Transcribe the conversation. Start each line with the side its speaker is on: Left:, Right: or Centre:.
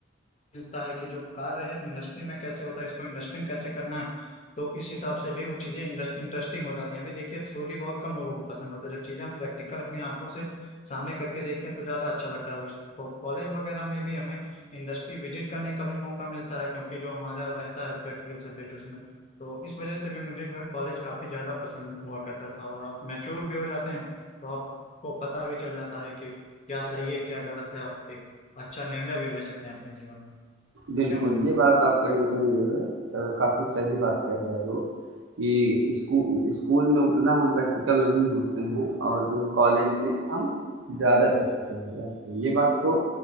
Left: मिलता है कि जो कार्य है इंडस्ट्री में कैसे होता है इसको इंडस्ट्रिंग कैसे करना है तो इस हिसाब से भी वो चीजें इंटरेस्टिंग हो जाती हैं अभी देखिए थ्योरी बहुत कम लोगों को पसंद होता है जब चीजें हम प्रैक्टिकल अपनी आंखों से सामने करके देखते हैं तो ज्यादा अच्छा लगता है उसको कॉलेज वगैरह में भी हमें इंडस्ट्री विजिट करने का भी मौका मिलता है क्योंकि जो हमारा रहता है प्रैक्टिकल सब्जेक्ट उसमें तो इस वजह से भी मुझे जो है कॉलेज काफी ज्यादा पसंद हुआ करता था और आप मैच्योर भी हो जाते हैं तो आपको पता भी चल जाता है कि क्या सही है क्या गलत है आप एक अच्छा निर्णय भी ले सकते हैं अपने जीवन में
Right: बिल्कुल,
Left: क्यों
Right: ये बात आप कहीं न कहीं जो है अ, काफ़ी सही बात कह रहे हो कि स्कू स्कूल में उतना हम प्रैक्टिकल नहीं होते हैं और जो है कॉलेज में हम ज़्यादा प्रैक्टिकल हो जाते हैं। ये बात तो